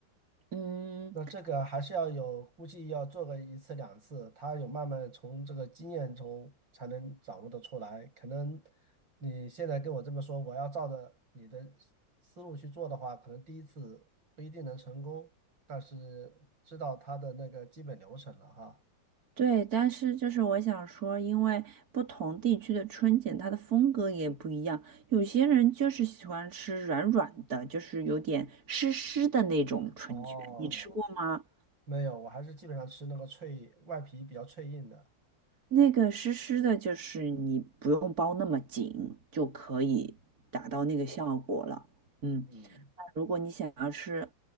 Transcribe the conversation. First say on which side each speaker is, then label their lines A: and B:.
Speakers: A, on the right; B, on the right.
A: 嗯，
B: 那这个还是要有，估计要做个一次两次，他有慢慢地从这个经验中才能掌握得出来。可能你现在跟我这么说，我要照着你的思路去做的话，可能第一次不一定能成功，但是知道它的那个基本流程了哈。
A: 对，但是就是我想说，因为不同地区的春卷它的风格也不一样，有些人就是喜欢吃软软的，就是有点湿湿的那种春卷，
B: 哦，
A: 你吃过吗？
B: 没有，我还是基本上吃那个脆，外皮比较脆硬的。
A: 那个湿湿的，就是你不用包那么紧就可以达到那个效果了。嗯，
B: 嗯，
A: 那如果你想要吃